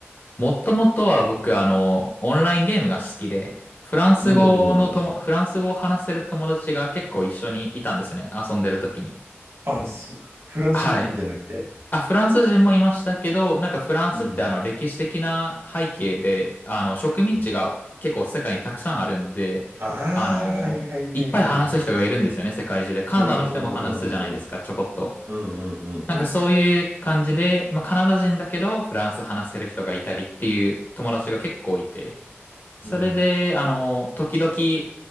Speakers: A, on the left (about 45°); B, on the right (about 70°).
A: もともとは僕、あの、オンラインゲームが好きで、フランス語のとも、
B: うん、うん。
A: フランス語を話せる友達が結構一緒にいたんですね。遊んでる時に。
B: あ、すフランス人じゃなくて。
A: はい。あ、フランス人もいましたけど、なんかフランスってあの歴史的な背景で、
B: うん。
A: あの植民地が結構世界にたくさんあるんで、
B: うん。ああ、
A: あの、
B: はいはいはいはいはい。
A: いっぱい話す人がいるんですよね、世界中で。カナダの人も話すじゃないですか、
B: うんうんうん
A: ちょこっと。
B: うんうんうんうんうんうん
A: なんかそういう感じで、まあ、カナダ人だけどフランス話せる人がいたりっていう友達が結構いて。それで、
B: うん
A: あの、時々、